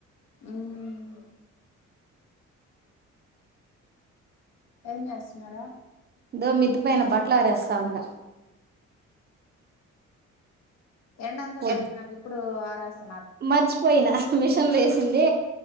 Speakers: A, on the left; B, on the right.
A: ఊమ్ ఏం చేస్తున్నారా
B: దో మిద్దిపైన బట్టలు ఆరేస్తా ఉండా
A: ఎండంతా
B: పొద్
A: తగ్గిపోయినాక ఇప్పుడు ఆరేస్
B: మర్చిపోయినా మిషన్లీ ఏసింది